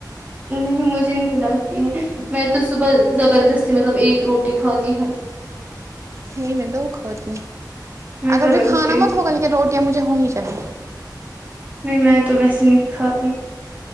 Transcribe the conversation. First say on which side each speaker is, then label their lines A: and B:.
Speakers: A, on the right; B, on the right.
A: نہیں مجھے نہیں لگتی ہے میں تو صبح زبردستی مطلب ایک روٹی کھاتی ہوں
B: نہیں میں دو کھاتی ہوں
A: میں
B: اگر
A: زبردستی
B: مجھے کھانا
A: نہیں
B: مت ہوگا لیکن روٹیاں مجھے ہونی چاہیے
A: نہیں میں تو ویسے نہیں کھاتی